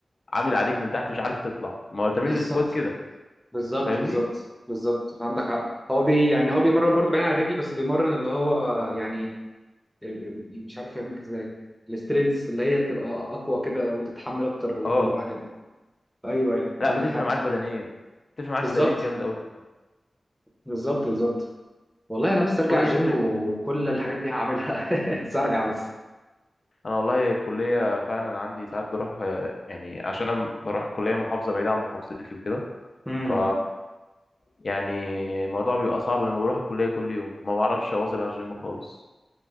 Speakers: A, on the left (about 50°); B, in the centre.
A: عامل عليك من تحت مش عارف تطلع ما هو تمرين
B: بالظبط
A: السكوات كده
B: بالظبط
A: فاهمني
B: بالظبط بالظبط عندك حق هو بي يعني هو بيمرن برضه بعيد عن الرجل بس بيمرن اللي هو يعني يعني مش عارف يعملك ازاي السترينث اللي هي تبقى اقوى كده وتتحمل اكتر وكل
A: اه
B: الحاجات دي ايوه ايوه
A: لا
B: عندك
A: بتفرق
B: حق
A: معاك بدنيا بتفرق معاك
B: بالظبط
A: بدنيا جامد قوي كمان
B: بالظبط بالظبط والله انا بس ارجع
A: قول لي
B: الجيم
A: انت كده.
B: وكل الحاجات دي هعملها <laughs> بس ارجع بس
A: انا والله الكليه فعلا عندي ساعات بروح آه، يعني عشان انا بروح الكليه محافظه بعيده عن محافظتي وكده
B: امم
A: ف يعني الموضوع بيبقى صعب لما بروح الكليه كل يوم ما بعرفش اواظب على الجيم خالص